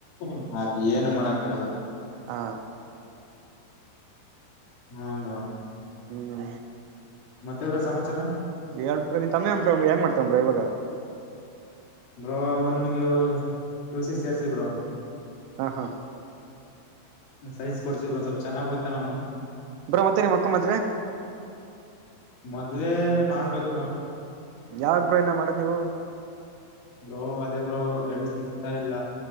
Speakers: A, on the left; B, on the right.
A: ಹ ಅದ್ ಏನು ಮಾಡಕ್ಕ ಆಗಲ್ಲ
B: ಹಾ
A: ಹನ <inaudible>
B: ಹ್ಮ್
A: ಮತ್ತೆವರ ಸಮಾಚಾರ
B: ಹಳ್ ಬಿರ ನೀನ್ ತಮ್ಮೇ ಅ್ರ ಏನ್ ಮಾಡ್ತಂಬ್ರಾ ಇವಾಗ
A: ಬ್ರೋ ಅವನಿಗೆ ಪಿವಿಸಿಕ್ ಸೇರ್ಸಿ ಬ್ರೋ
B: ಹಾ ಹಾ
A: ಸೈನ್ಸ್ ಕೊಡ್ಸಿ ಬ್ರೋ ಚೆನ್ನಾಗಿ ಓದುತಾನ ಅವ್ನು
B: ಬ್ರಾ ಮತ್ತೆ ನಿಮ್ಮಕ್ಕ ಮದ್ವೆ
A: ಮದ್ವೆ ಮಾಡ್ಬೇಕಬ್ರ.
B: ಯಾವಾಗ ಬ್ರೋ ಏನ ಮಾಡ್ ನೀವು
A: ಬ್ರೋ ಅದೇ ಬ್ರೋ ಗಂಡು ಸಿಕ್ತಾ ಇಲ್ಲ